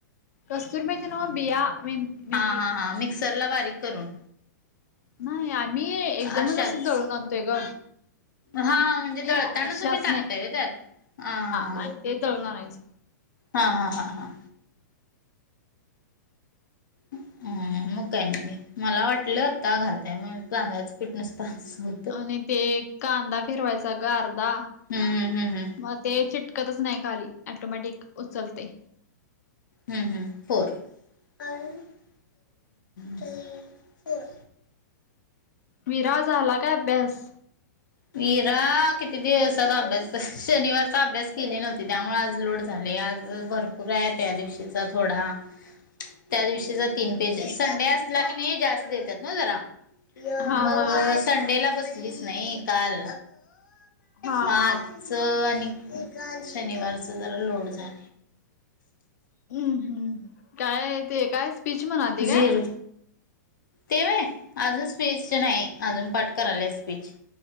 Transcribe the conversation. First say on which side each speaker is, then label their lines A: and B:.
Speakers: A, on the left; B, on the left.
A: कस्तूर मेती न्हवं बिया मे मेथी
B: हा हा हा मिक्सर ला बारीक करून
A: नाही आम्ही एकदमच
B: अशाच
A: असं दळून आणतोय ग
B: हा म्हणजे
A: नाही
B: दळताना
A: अशाच
B: तुम्ही टाकताय
A: नाही
B: व्हय त्यात हा
A: आणि ते दळून आणायचं.
B: हा हा हा हा हं मग काही घे नाही मला वाटलं आता घालताय मग तांदळाच पीठ नूसता हो
A: आणि ते कांदा फिरवायचा गं आर्धा
B: हम्म हम्म हम्म हम्म
A: मग ते चिट कतच नाही खाली ॲटोमॅटिक उचलतय
B: हं हं बर <unintelligible> थ्री फोर.
A: विरा झाला काय अभ्यास?
B: विरा किती दिवसाचा अभ्यास शनिवारचा अभ्यास केले नव्हती त्यामुळे आज लोड झालय आज भरपूर आहे त्या दिवशीचा थोडा त्या दिवशीचा तीन पेजेस संडे असला कणी जास्त देतात ना जरा
A: हा
B: मग
A: हा
B: संडेला बसलीच नाही काल
A: हा
B: म आत
A: हा
B: चं आणि शनिवारचं जरा लोड झालय.
A: हं हं काय ते काय स्पीच म्हणालती
B: झिरो
A: काय?
B: ते व्हय अजून स्पीचचं नाही अजून पाठ करायला स्पीच